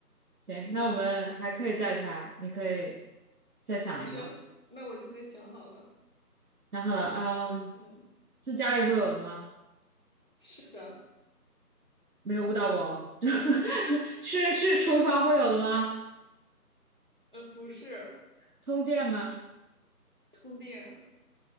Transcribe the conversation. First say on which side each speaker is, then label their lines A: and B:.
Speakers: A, on the right (about 65°); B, on the right (about 30°).
A: 行，那我们还可以再猜，
B: 嗯，
A: 你可以再想一个。
B: 行，那我现在想好了。
A: 想好了，嗯，
B: 嗯，
A: 是家里会有的吗？
B: 是的，
A: 没有误导我哦 <laughs> 是是厨房会有的吗？
B: 呃，不是
A: 通电吗？
B: 通电，